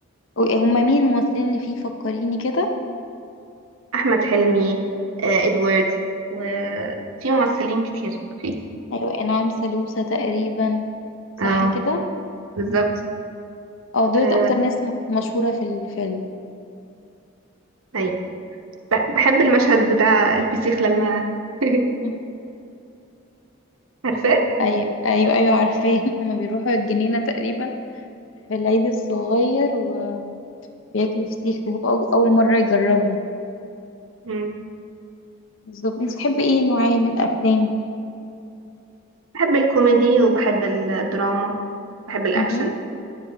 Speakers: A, on the left (about 65°); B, on the right (about 85°).
A: و- هما مين الممثلين اللي فيه فكريني كده
B: أحمد حلمي آه إدوارد وفي ممثلين كتير فيه
A: ايوه انعام سالوسة تقريبا صح
B: اه
A: كده
B: بالظبط
A: اه دولت
B: آه،
A: اكتر ناس م- مشهوره في الفيلم
B: أيوة. ب- بحب المشهد بتاع الفسيخ لما <laughs>
A: مهم.
B: عارفاه
A: ايوه ايوه ايوه عارفاه <laughs> هما بيروحوا الجنينه تقريبا في العيد الصغير و بياكلوا فسيخ وهو أو- أول مرة يجربوا
B: مم.
A: بالظبط انت بتحبي ايه نوعية من الأفلام؟
B: بحب الكوميدي وبحب الدراما بحب الاكشن
A: اها